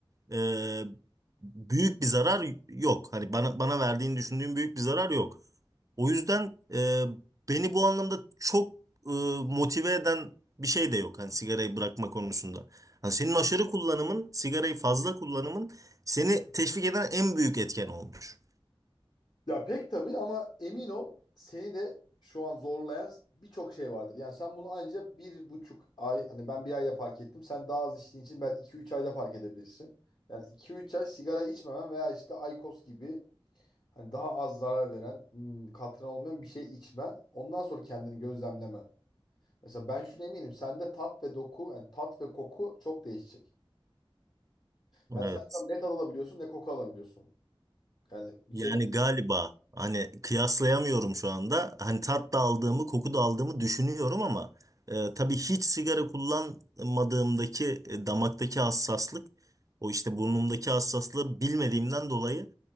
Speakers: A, on the right; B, on the left.
A: e, büyük bir zarar yok. Hani bana bana verdiğini düşündüğüm büyük bir zarar yok. O yüzden e, beni bu anlamda çok e, motive eden bir şey de yok. Hani sigarayı bırakma konusunda. Hani senin aşırı kullanımın, sigarayı fazla kullanımın seni teşvik eden en büyük etken olmuş.
B: Ya pek tabii ama emin ol seni de şu an zorlayan birçok şey vardır. Yani sen bunu anca bir buçuk ay hani ben bir ayda fark ettim. Sen daha az içtiğin için belki iki üç ayda fark edebilirsin. Yani iki üç ay sigara içmemen veya işte Aykos gibi hani daha az zarar veren hmm, katran olmayan bir şey içmen. Ondan sonra kendini gözlemlemen. Mesela ben şunu eminim sende tat ve doku yani tat ve koku çok değişecek. Yani
A: Evet.
B: sen şu an ne tat alabiliyorsun ne koku alabiliyorsun. Yani bir kere
A: Yani galiba hani kıyaslayamıyorum şu anda. Hani tat da aldığımı, koku da aldığımı düşünüyorum ama e, tabii hiç sigara kullanmadığımdaki e, damaktaki hassaslık o işte burnumdaki hassaslığı bilmediğimden dolayı